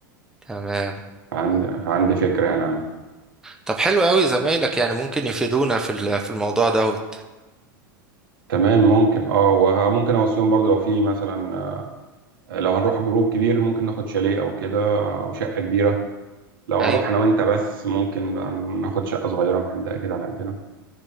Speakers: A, in the centre; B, on the right (about 75°).
A: تمام
B: فعندي فعندي فكرة يعني عنها
A: طب حلو قوي زمايلك يعني ممكن يفيدونا في ال- في الموضوع دوت
B: تمام ممكن اه وممكن اوصيهم برضه لو في مثلا آه، لو هنروح جروب كبير ممكن ناخد شاليه او كده او شقه كبيره لو
A: ايوه
B: هنروح انا وانت بس ممكن بقى ناخد شقه صغيره محندقه كده على قدنا